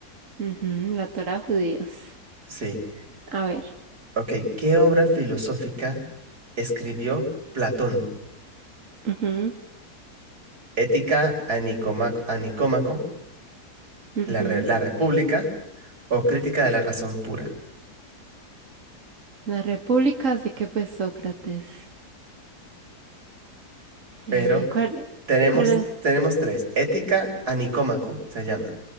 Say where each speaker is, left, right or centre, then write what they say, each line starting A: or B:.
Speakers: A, on the right; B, on the right.
A: ujú, la Torá judíos.
B: Sí,
A: A ver.
B: ok. ¿Qué obra filosófica escribió Platón?
A: ujú,
B: Ética a Nicoma- a Nicómaco,
A: ujú.
B: la, re- la República o Crítica de la Razón Pura.
A: La República, así que fue Sócrates.
B: Pero
A: Eh, ¿cuál,
B: tenemos,
A: cuál es?
B: tenemos tres. Ética a Nicómaco se llama.